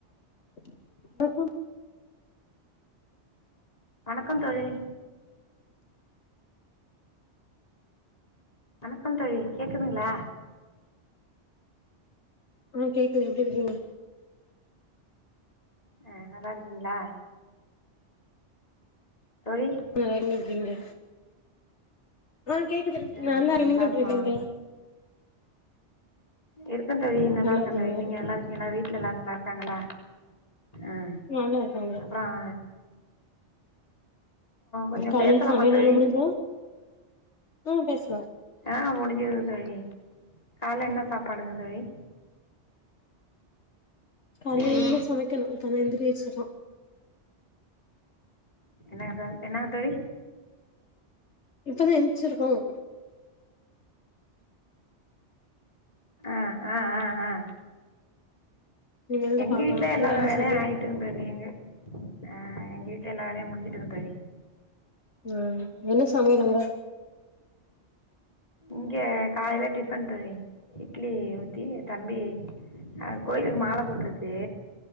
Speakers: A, on the left (about 75°); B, on the left (about 35°).
A: <unintelligible>
B: வணக்கம் தோழி வணக்கம் தோழி கேக்குதுங்களா
A: ஆஹ கேக்குது எப்டி இருக்கீங்க
B: அஹ நல்லா இருக்கீங்களா தோழி
A: இப்ப எங்க இருக்கிங்க ஹம் கேக்குது
B: ஆ
A: நல்லா
B: நாங்க
A: நீங்க
B: இருக்கோ
A: எப்புடுருக்கீங்க
B: இருக்க தோழி நல்லா இருக்கேன்
A: இருக்காங்க
B: தோழி நீங்க நல்லா இருக்கீங்களா வீட்டுல எல்லாரும் நல்லா ங்கலா ஆஹ
A: நல்லா இருக்காங்க
B: அப்பறம் கொஞ்சோ
A: காலேல
B: பேசலாமா
A: சமயல்
B: தோழி
A: வேல முடிஞ்சுதா ஹும் பேசு
B: ஆஹ முடிஞ் இருங்க தோழி கால்ல என்ன சாப்பாடுங்க தோழி
A: காலையிருந்து
B: இன்னைக்கு
A: சமைக்கணும் தம்பி எந்திரி வச்சறான்
B: என்னகு என்னாங்க தோழி
A: இப்பதான் எந்தச்சிருக்கோம்
B: ஆஹ ஆஹ ஆஹ ஆஹ
A: இனிமேல் தா
B: எங்க
A: பாக்கணு
B: வீட்டுலயும்
A: அங்க
B: எல்லாரும்
A: என்ன
B: வேலையும்
A: சமையல்
B: ஆயிட்டுன்றது நீங்க ஆஹ எங்க வீட்டுல எல்லா வேலயும் முடிஞ்சுட்டு இருக்கு தோழி
A: ஆஹ என்ன சமையல் அங்க
B: இங்க காலேல டிஃபன் தோழி இட்லி ஊத்தி தம்பி அஹ கோயிலுக்கு மாலை போட்டுருக்கு